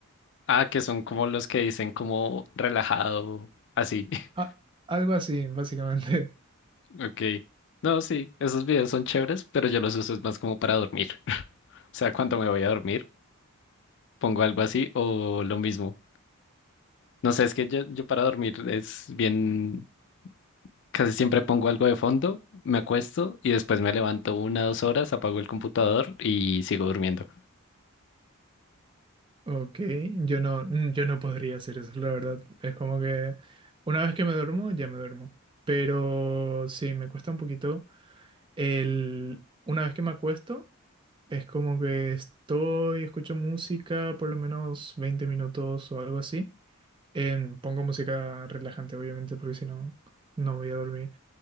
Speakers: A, on the left (about 55°); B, on the right (about 20°).
A: Ah, que son como los que dicen como relajado, así. <laughs>
B: Ah, algo así, básicamente. <laughs>
A: Ok. No, sí, esos videos son chéveres, pero yo los uso es más como para dormir. <laughs> O sea, cuando me voy a dormir, pongo algo así o lo mismo. No sé, es que yo, yo para dormir es bien, casi siempre pongo algo de fondo, me acuesto y después me levanto una dos horas, apago el computador y sigo durmiendo.
B: Ok, yo no, mm, yo no podría hacer eso, la verdad. Es como que una vez que me duermo, ya me duermo. Pero sí, me cuesta un poquito. El, una vez que me acuesto, es como que estoy, escucho música por lo menos 20 minutos o algo así. Em, pongo música relajante, obviamente, porque si no, no voy a dormir.